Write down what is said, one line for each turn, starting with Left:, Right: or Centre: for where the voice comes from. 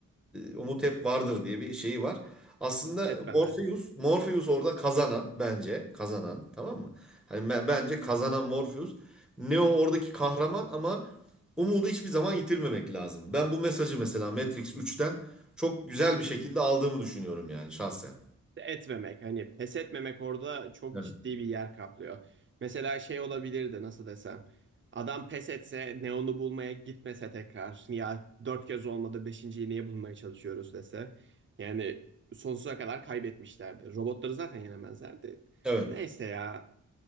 Centre: umut hep vardır diye bir şeyi var. Aslında
Right: Etmeme.
Centre: Morpheus, Morpheus orada kazanan bence kazanan tamam mı? Hani me- bence kazanan Morpheus. Neo oradaki kahraman ama umudu hiçbir zaman yitirmemek lazım. Ben bu mesajı mesela Matrix 3'ten çok güzel bir şekilde aldığımı düşünüyorum yani şahsen.
Right: etmemek hani pes etmemek orada çok
Centre: Evet.
Right: ciddi bir yer kaplıyor. Mesela şey olabilirdi nasıl desem. Adam pes etse Neon'u bulmaya gitmese tekrar ya dört kez olmadı beşinciyi niye bulmaya çalışıyoruz dese. Yani sonsuza kadar kaybetmişlerdi. Robotları zaten yenemezlerdi.
Centre: Evet.
Right: Neyse ya